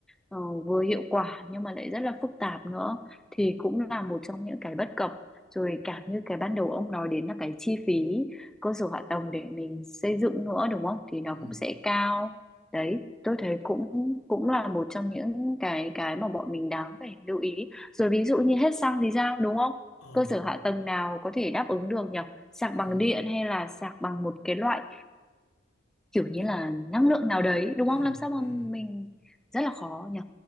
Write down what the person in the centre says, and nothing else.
ờ, vừa hiệu quả nhưng mà lại rất là phức tạp nữa thì cũng là một trong những cái bất cập rồi cả như cái ban đầu ông nói đến là cái chi phí cơ sở hạ tầng để mình xây dựng nữa đúng không thì nó
cũng sẽ cao đấy tôi thấy cũng cũng là một trong những cái cái mà bọn mình đáng phải lưu ý rồi ví dụ như hết xăng thì sao đúng không
cơ sở hạ tầng nào có thể đáp ứng được nhỉ sạc
bằng điện hay là sạc bằng một cái loại kiểu như
là
năng lượng nào đấy đúng
không làm sao mà
mình rất là khó nhỉ